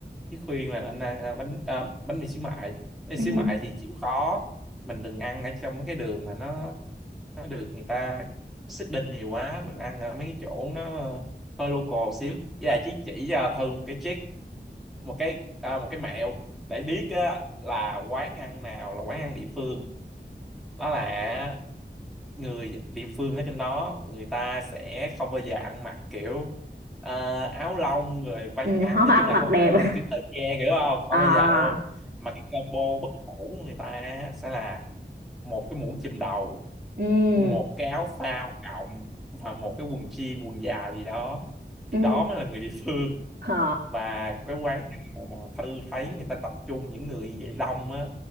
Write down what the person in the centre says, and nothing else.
cái khuyên là nên ăn à, bánh à, bánh mì xíu mại bánh mì
xíu mại thì chịu khó mình đừng ăn ở trong cái đường mà nó nó được người ta xích nhiều quá mình ăn ở mấy cái chỗ nó hơi local xíu với lại chỉ chỉ cho Thư một cái trick một cái à, một cái mẹo để biết á, là quán ăn nào là quán ăn địa phương đó là người địa phương ở trên đó người ta sẽ không bao giờ ăn mặc kiểu ờ, áo lông rồi váy
ngắn
nói
chung là
không
có ăn mặc kiểu thời trang hiểu không
không
bao giờ luôn mà cái combo bất hủ của người ta á, sẽ là một cái mũ chùm đầu
một cái áo phao cộng và một cái quần jean quần dài gì đó thì
đó mới là người địa phương
và cái quán nào mà Thư thấy người ta tập trung những người như vậy đông á